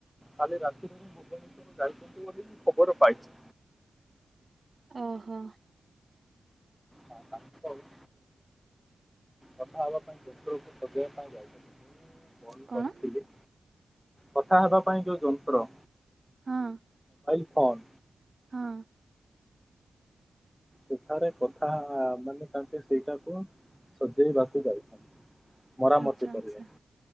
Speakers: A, in the centre; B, on the right.
A: କାଲି ରାତିରେ ମୁଁ ଭୁବେନେଶ୍ୱର ଯାଇଛନ୍ତି ବୋଲି ମୁଁ ଖବର ପାଇଛି।
B: ଓହୋ।
A: ହ। <unintelligible> କଥା ହବା ପାଇଁ <unintelligible> ପାଇଁ ଯାଇଛନ୍ତି। ଫୋନ
B: କଣ
A: କରିଥିଲି କଥା ହେବା ପାଇଁ ଯୋଉ ଯନ୍ତ୍ର।
B: ହଁ।
A: ଫନ୍।
B: ହଁ।
A: ସେଠାରେ କଥା ମାନେ ତାଙ୍କେ ସେଇଟାକୁ କୁହ। ସଜେଇବାକୁ ଯାଇଛନ୍ତି। ମରାମତି
B: ଆଚ୍ଛା
A: କରିବାକୁ
B: ଆଚ୍ଛା